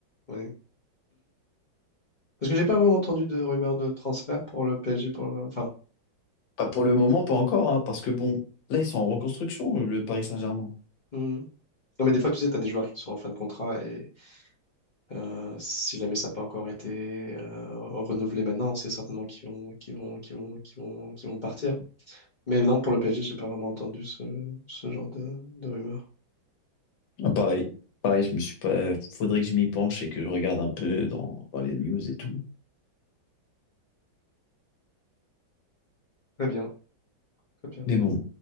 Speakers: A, on the left; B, on the left.
A: Oui. Parce que j'ai pas vraiment entendu de rumeurs de transfert pour le PSG. Pour le- Enfin,
B: Pas pour le moment, pas encore, hein, parce que bon, là, ils sont en reconstruction, le Paris Saint-Germain.
A: hmm. Non, mais des fois, tu sais, tu as des joueurs qui sont en fin de contrat et euh, si jamais ça n'a pas encore été euh, renouvelé maintenant, c'est certainement qu'ils vont, qu'ils vont, qu'ils vont, qu'ils vont, qu'ils vont partir. Mais non, pour le PSG, j'ai pas vraiment entendu ce, ce genre de, de rumeurs.
B: Ah, Pareil, pareil, je me suis pas. Faudrait que je m'y penche et que je regarde un peu dans, dans les news et tout.
A: Très bien. très bien.
B: Mais bon,